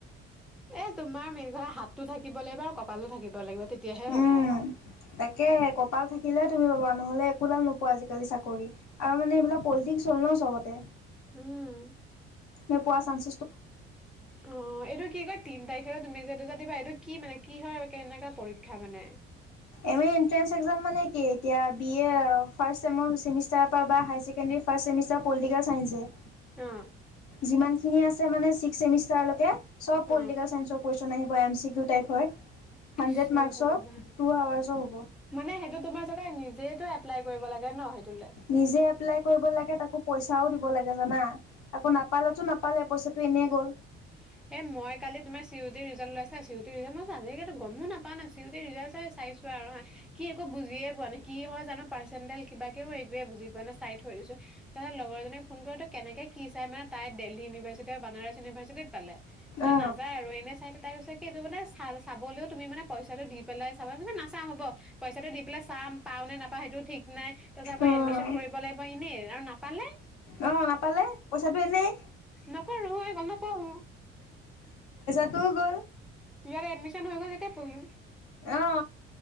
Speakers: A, in the centre; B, on the left.
A: এ তোমাৰ মিলঘা হাত টো থাকিব লাগিব আৰু কপালো থাকিব লাগিব। তেতিয়াহে হ'ব
B: উম, তাকে কপাল থাকিলে তুমি পাবা নহ'লে একো দাল নোপোৱা আজিকালি চাকৰি আৰু মানে এইবিলাক পলিটিক্স হ'ল ন চবতে।
A: উম।
B: নোপোৱাৰ চানচ
A: অ' এইটো কি কয় তিন তাৰিখে তুমি যে এটো যে দিবা এইটো কি মানে। কি হয় কেনেকা পৰীক্ষা মানে।
B: এম এ এণ্ট্ৰেন্স এক্সাম মানে কি এতিয়া বি এ ফাৰ্ষ্ট চেমৰ ছেমিষ্টাৰ এটা বা হাই ছেকেনদেৰী ফাৰ্ষ্টছেমিষ্টাৰ পলিটিকেল চাইেঞ্চছে।
A: অ
B: যিমান খিনি আছে মানে ছিক্সেমিষ্টাৰেব
A: অ
B: পলিটিক চ আহ। দু টাইপ হয়। হাণ্ড্ৰেড
A: কৃষ্ণ
B: মাৰ্কচৰ
A: ভগৱান
B: টু আৱাৰ্চৰ হ'ব
A: মানে সেইটো তোমাৰ চাগে নিজে <unintelligible> এপ্লাই কৰিব লাগে ন সেইটোলে।
B: নিজে এপ্লাই কৰিব লাগে তাকো পইচাও দিব লাগে জানা, আকৌ নাপালেতো নাপালে পইচাটো এনেই গ'ল।
A: <inaudible> এ মই কালি তোমাৰ চিউ টিৰ ৰিজাল্ট উলাইছে চিউ টিৰ ৰিজাল্ট আজিলেকে গমো নাপাও না চিউ টিৰ ৰিজাল্ট চাই চোৱা আৰু হা কি একো বুজিয়ে পোৱা নাই কি হয় জানো পাৰ্চণ্টজ কিবাক কেে মই একোৱে বুজি পোৱা নাই চাই থৈ দিছো। তাৰপিছত লগৰজনীক ফোন কৰি তো কেনেকে কি চাই মানে তাই দেলহি ইউভাৰ্চিটি বা বানাৰ ইউনিভাৰ্চিটিত পালে
B: অ
A: নযায় আৰু এনে চাই তাই কি এই মানে চ। চাবলৈও তুমি মানে পইচাটো দি পেলাই চাবা নাচাও হ'ব পইচাটো দি পেলাই চাম পাও নে নাপা সেইটো ঠিক নাই তাৰচত আকৌ
B: অ
A: এডমিশ্যন কৰিব লাগিব এনেই আৰু নাপালে।
B: অ' নাপালে পইচাটো এনেই।
A: নপঢ়ো হয় গল নপঢ়োঁ।
B: ত গ'ল।
A: ইয়াৰ এডমিছন হৈ গ'ল ইয়াতে পঢ়িম।
B: অ